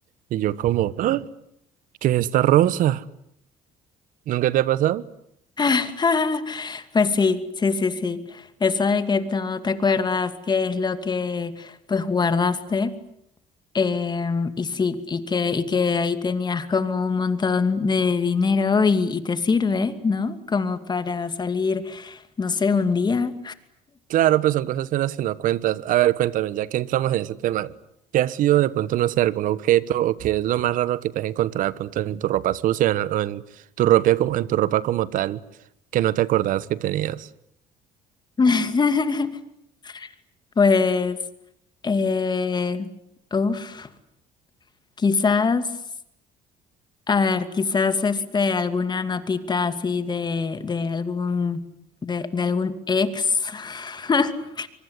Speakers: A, on the right; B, on the left.
A: Y yo como, ¡Ah! ¿Qué es esta rosa? ¿Nunca te ha pasado?
B: <laughs> Pues sí, sí, sí, sí. Eso de que no te acuerdas qué es lo que pues guardaste. em, y sí, y que, y que ahí tenías como un montón de dinero y, y te sirve, ¿no? Como para salir, no sé, un día.
A: Claro, pues son cosas finas que no cuentas. A ver, cuéntame, ya que entramos en ese tema, ¿qué ha sido de pronto, no sé, algún objeto o qué es lo más raro que te has encontrado de pronto en tu ropa sucia en- o en tu ropa como, en tu ropa como tal que no te acordabas que tenías?
B: <laughs> Pues, eh, uff, quizás. A ver, quizás este alguna notita así de, de algún de, de algún ex. <laughs>